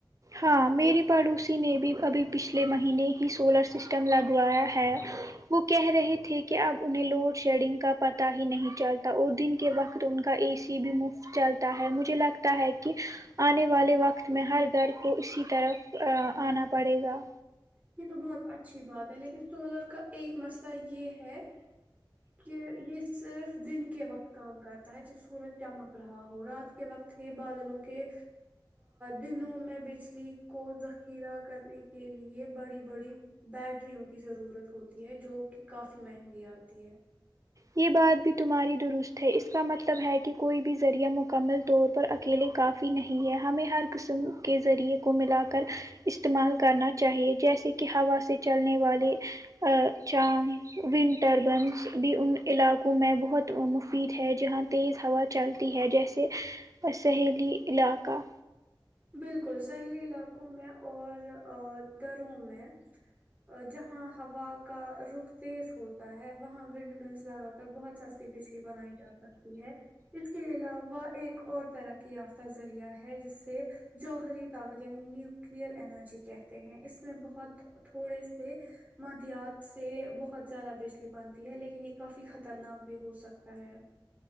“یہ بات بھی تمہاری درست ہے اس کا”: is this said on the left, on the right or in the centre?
Right